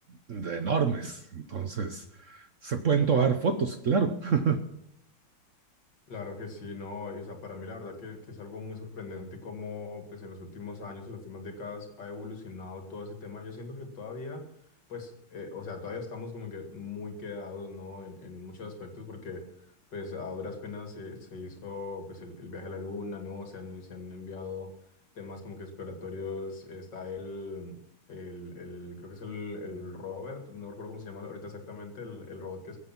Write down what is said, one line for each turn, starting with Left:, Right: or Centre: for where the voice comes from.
Right: de enormes. Entonces, se pueden tomar fotos, claro. <laughs>
Left: Claro que sí, no, y, o sea, para mí la verdad que, que es algo muy sorprendente cómo pues en los últimos años, en las últimas décadas ha evolucionado todo ese tema. Yo siento que todavía, pues, eh, o sea, todavía estamos como que muy quedados, ¿no? En, en muchos aspectos porque pues a duras penas se, se hizo pues el, el viaje a la luna, ¿no? Se han, se han enviado temas como que exploratorios, está el, el, el creo que es el, el Robert, no recuerdo cómo se llama ahorita exactamente, el, el robot que